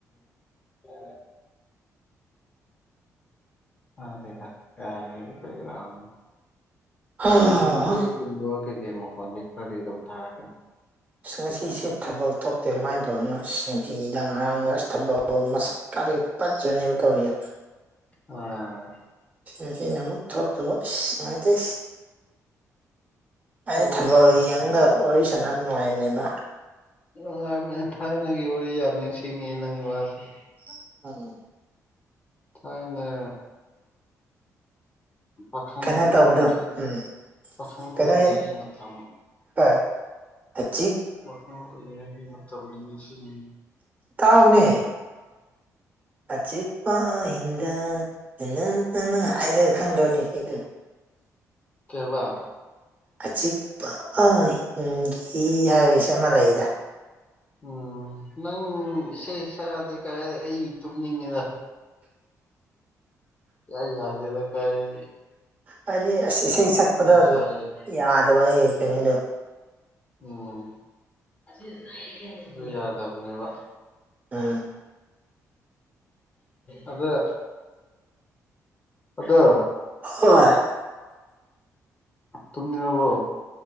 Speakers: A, on the left; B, on the right.
A: <unintelligible> ꯇꯗꯦꯗ <unintelligible>
B: ꯍꯥ
A: ꯎꯆꯦꯛ <unintelligible> ꯀꯩ ꯀꯩ ꯃꯈꯣꯟꯗꯤ ꯈꯔꯗꯤ ꯑꯗꯨꯝ ꯊꯥꯔꯛꯀꯅꯤ
B: ꯑꯁ ꯉꯁꯤꯁꯦ ꯊꯕꯜ ꯊꯣꯛꯇꯦ ꯃꯥꯏꯅ ꯇꯧꯋꯤꯅꯣ ꯑꯁ <unintelligible> ꯊꯤꯗ ꯉꯔꯥꯡ ꯑꯁ ꯊꯕꯛ ꯑꯣ ꯃꯁꯛꯀꯥ ꯐꯖꯅꯦꯕ ꯇꯧꯏ
A: ꯑꯥ
B: ꯉꯁꯤꯅ ꯑꯃꯨꯛ ꯊꯣꯛꯇꯕ ꯑꯁ ꯅꯨꯡꯉꯥꯏꯇꯦ ꯑꯩ
A: ꯊꯕꯛ
B: ꯊꯥꯕꯜ ꯌꯦꯡꯉꯒ ꯋꯥꯔꯤ ꯁꯅ ꯅꯨꯡꯉꯥꯏꯕꯅꯦꯕ
A: ꯅꯨꯡꯉꯥꯏꯕꯅꯦ ꯊꯥꯏꯅꯒꯤ ꯋꯥꯔꯤ ꯌꯥꯝ ꯅꯤꯡꯁꯤꯡꯉꯦ ꯅꯪ ꯋꯥꯁꯦ
B: <unintelligible>
A: ꯊꯥꯏꯅ ꯄꯥꯈꯪ
B: ꯀꯩꯅꯣ ꯇꯧꯕꯗꯣ
A: ꯄꯥꯈꯪ
B: ꯎꯝ
A: ꯄꯥꯈꯪ ꯑꯣꯏꯔꯤꯉꯩꯒꯤ
B: ꯀꯩꯅꯣ
A: ꯃꯇꯝ
B: ꯍꯣꯏ ꯑꯆꯤꯛ
A: ꯋꯥꯈꯪ ꯑꯣꯏꯔꯤꯉꯩꯒꯤ ꯃꯇꯝꯁꯤ ꯅꯤꯡꯁꯤꯡꯅꯔꯤ
B: ꯇꯥꯎꯅꯦ ꯑꯆꯤꯛꯄ ꯍꯤꯡꯗ <unintelligible> <unintelligible> ꯍꯥꯏꯔ ꯈꯪꯗ꯭ꯔꯣꯅꯦ ꯢꯁꯩꯗꯣ
A: ꯀꯩꯕ
B: ꯑꯆꯤꯛꯄ ꯑꯍꯤꯡꯒꯤ ꯍꯥꯏꯕ ꯢꯁꯟ ꯑꯃ ꯂꯩꯗꯥꯢ
A: ꯎꯝ ꯅꯪ ꯏꯁꯩ ꯁꯥꯛꯑꯗꯤ ꯀ ꯑꯩ ꯇꯨꯝꯅꯤꯡꯉꯦꯗ ꯢꯌꯥ ꯌꯥꯗꯦꯗ ꯀꯔꯤ
B: ꯍꯥꯏꯗꯤ ꯑꯁ ꯏꯁꯩ ꯁꯛꯄꯗ
A: ꯁꯛꯑꯒ
B: ꯌꯥꯗꯕ ꯑꯩ ꯀꯩꯅꯣꯗꯣ
A: ꯎꯝ ꯑꯗꯨ ꯌꯥꯗꯕꯅꯦꯕ
B: ꯎꯝ
A: ꯑ <inaudible> ꯑꯗꯨ ꯑꯗꯣ
B: ꯍꯣꯢ
A: ꯇꯨꯝꯅꯤꯡꯔꯕꯣ